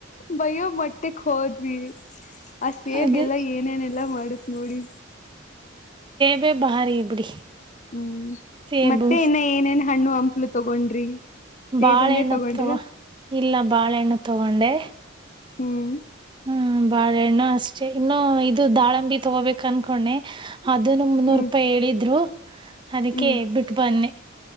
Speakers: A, on the left; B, on the right.
A: ಬಯ್ಯೋ ಮೊಟ್ಟೆಕ್ ಹೋದ್ವಿ ಆ ಸೇಬ
B: ಅದೇ
A: ಎಲ್ಲ ಏನೇನೆಲ್ಲಾ ಮಾಡತ್ ನೋಡಿ
B: ಹ್ಮ ಬಾರಿ ಇ ಬಿಡಿ
A: ಹ್ಮ್
B: ಸೇಬು
A: ಮತ್ತೆ ಇನ್ನ ಏನೇನ್ ಹಣ್ಣು ಹಂಪ್ಲು ತಗೊಂಡ್ರಿ ಸೇಬ್
B: ಬಾಳೆಹೆಣ್ಣು
A: ಒಂದೇ ತಗೊಂಡ್ರ
B: ತ ಇಲ್ಲ ಬಾಳೆಹೆಣ್ಣು ತಗೊಂಡೆ
A: ಹ್ಮ್
B: ಹ್ಮ ಬಾಳೆಹಣ್ಣು ಅಷ್ಟೆ ಇನ್ನು ಇದು ದಾಳಂಬಿ ತಗೋಬೇಕ ಅನ್ಕೊಂಡೆ ಅದನ್ನು ಮುನ್ನೂರು
A: ಹ್ಮ್
B: ರೂಪಾಯಿ ಹೇಳಿದ್ರು ಅದಕ್ಕೆ
A: ಹ್ಮ್
B: ಬಿಟ್ಟು ಬನ್ನಿ